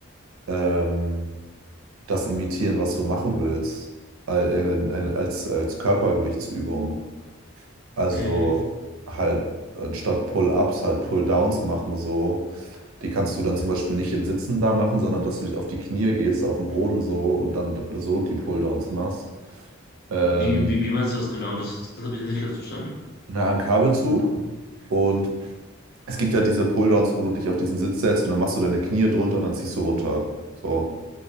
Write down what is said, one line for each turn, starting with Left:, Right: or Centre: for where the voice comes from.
Right: ähm, das imitieren, was du machen willst, al- in- in- als, als Körpergewichtsübung. Also
Left: Mhm.
Right: halt anstatt Pull-ups halt Pull-downs machen so. Die kannst du dann zum Beispiel nicht im Sitzen da machen, sondern dass du dich auf die Knie gehst, auf den Boden so und dann so die Pull-downs machst. Ähm,
Left: Wie, wie, wie meinst du das genau? Das, das habe ich jetzt nicht ganz verstanden.
Right: na, ein Kabelzug. Und es gibt ja diese Pull-downs, wo du dich auf diesen Sitz setzt und dann machst du deine Knie drunter, dann ziehst du runter. So.